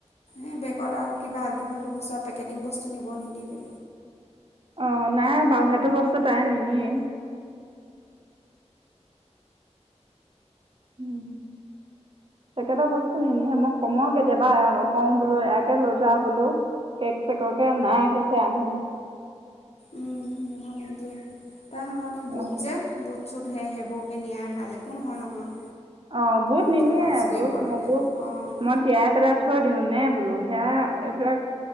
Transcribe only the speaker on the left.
এই বেগত আৰু কিবা আাল্টু ফাল্টু বস্তু আৰু পেকেটিং বস্তু নিব নিদিবি।
উম নিব নিদিয়ে। তাৰ সলনি বুত
যে বুত চোত সেই সেইবোৰ নিয়াই ভাল একো নহয় নহয়।
কিয় লাজ কৰিব
লাগে
অঁ